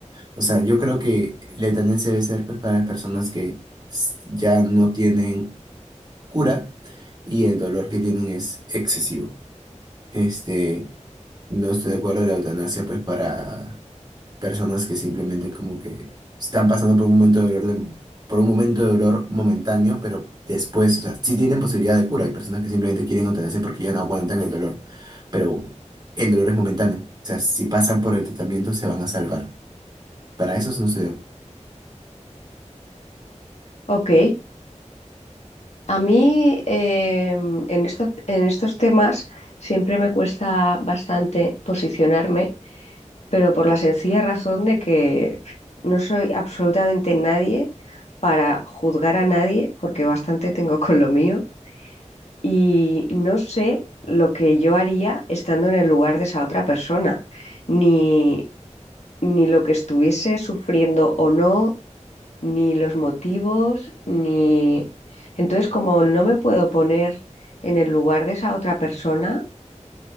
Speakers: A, on the right (about 35°); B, on the left (about 60°).
A: o sea, yo creo que la eutanasia debe ser pues para las personas que s- ya no tienen cura y el dolor que tienen es excesivo. Este, no estoy de acuerdo en la eutanasia pues para personas que simplemente como que están pasando por un momento de dolor, de- por un momento de dolor momentáneo, pero después, o sea, sí tienen posibilidad de cura. Hay personas que simplemente quieren otenerse porque ya no aguantan el dolor, pero el dolor es momentáneo. O sea, si pasan por el tratamiento se van a salvar. Para eso no estoy de acuerdo.
B: Ok, A mí eh, en esto- en estos temas siempre me cuesta bastante posicionarme pero por la sencilla razón de que no soy absolutamente nadie para juzgar a nadie, porque bastante tengo con lo mío, y no sé lo que yo haría estando en el lugar de esa otra persona, ni, ni lo que estuviese sufriendo o no, ni los motivos, ni... Entonces, como no me puedo poner en el lugar de esa otra persona,